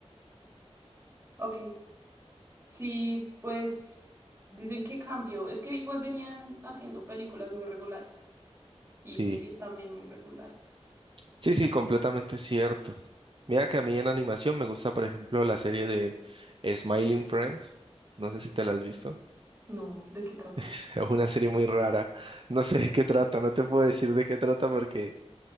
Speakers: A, on the right (about 20°); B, on the right (about 50°).
A: ok. Sí, pues dicen que cambió. Es que igual venían haciendo películas muy regulares y
B: Sí,
A: series también muy regulares.
B: sí, sí, completamente cierto. Mira que a mí en animación me gusta, por ejemplo, la serie de Smiling Friends. No sé si te la has visto. <laughs>
A: No, ¿de qué trata?
B: Es una serie muy rara. No sé de qué trata, no te puedo decir de qué trata porque